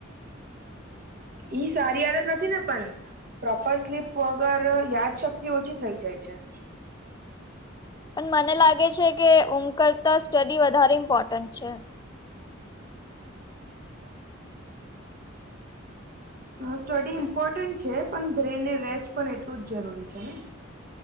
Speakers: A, on the left; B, on the right.
A: <inaudible>
B: ઈ સારી આદત નથી ને પણ. પ્રોપર સ્લીપ વગર યાદ શક્તિ ઓછી થઈ જાય છે.
A: પણ મને લાગે છે કે, ઊંઘ કરતા સ્ટડી વધારે ઇમ્પોર્ટન્ટ છે.
B: <inaudible> હા, સ્ટડી ઈમ્પોર્ટન્ટ છે, પણ બ્રેન ને રેસ્ટ પણ એટલું જ જરૂરી છે ને.